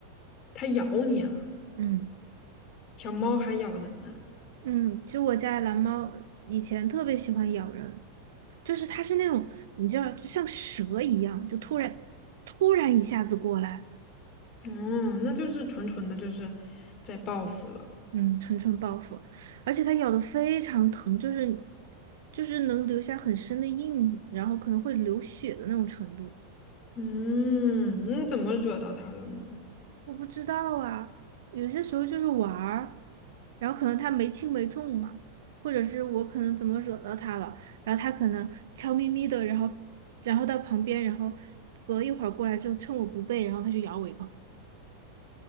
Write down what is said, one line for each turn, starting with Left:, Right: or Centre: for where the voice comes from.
Left: 它咬你啊，
Right: 嗯，
Left: 小猫还咬人呢、
Right: 嗯，其实我家的蓝猫以前特别喜欢咬人，就是它是那种你知道，就像蛇一样，就突然突然一下子过来，
Left: 哦，那就是纯纯的就是在报复了。
Right: 嗯，纯蠢报复，而且它咬的非常疼，就是就是能留下很深的印，然后可能会流血的那种程度。
Left: 嗯，那怎么惹到他了呢？
Right: 我不知道啊，有些时候就是玩儿，然后可能他没轻没重嘛，或者是我可能怎么惹到他了，然后他可能悄咪咪的，然后然后到旁边，然后隔一会儿过来之后，趁我不备，然后他就咬我一口，